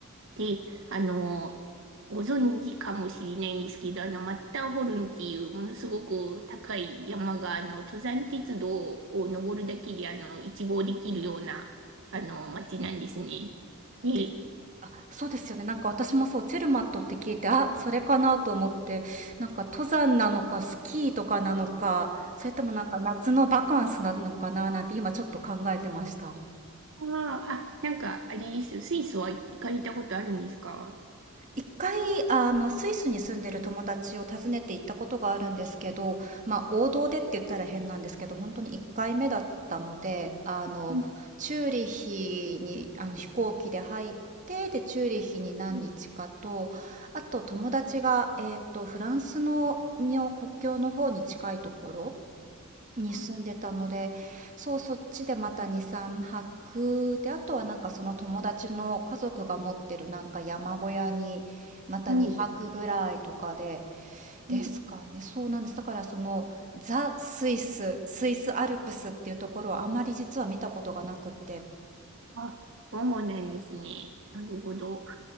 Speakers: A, on the right; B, on the right.
A: で、あの、ご存知かもしれないんですけど、あの、マッターホルンっていうものすごく高い山が、あの、登山鉄道を登るだけで、あの、一望できるような、あの、街なんですね。で、
B: で、そうですよね。なんか私もそう、チェルマットって聞いて、あ、それかなと思って、なんか登山なのか、スキーとかなのか、それともなんか夏のバカンスなのかななんて今ちょっと考えてました。
A: あーあ、なんか、あれです。スイスは行かれたことあるんですか
B: 一回、あの、スイスに住んでる友達を訪ねて行ったことがあるんですけど、まあ、王道でって言ったら変なんですけど、本当に1回目だったので、あの、
A: うん。
B: チューリッヒに、あの、飛行機で入って、で、チューリッヒに何日かと、
A: うん。
B: あと友達が、えっと、フランスのの国境の方に近いところに住んでたので、
A: あ、
B: そう、そっちでまた2、3泊、で、あとはなんかその友達の家族が持ってるなんか山小屋に、また2泊ぐらいとかで、
A: はい。
B: ですかね。
A: うん。
B: そうなんです。だからその、ザ・スイス、スイスアルプスっていうところはあまり実は見たことがなくって、
A: あ、そうなんですね。なるほど。